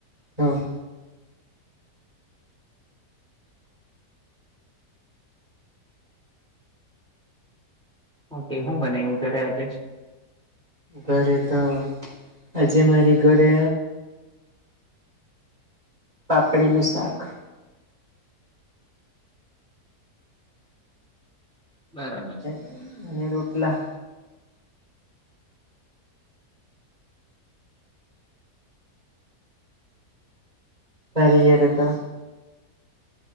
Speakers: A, on the right; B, in the centre.
A: હા.
B: ઓકે હું બનાવ્યું તને આજે
A: ઘરે તો આજે મારી ઘરે પાપડીનું શાક
B: બરાબર.
A: અનેને રોટલા તારી ઘરે તો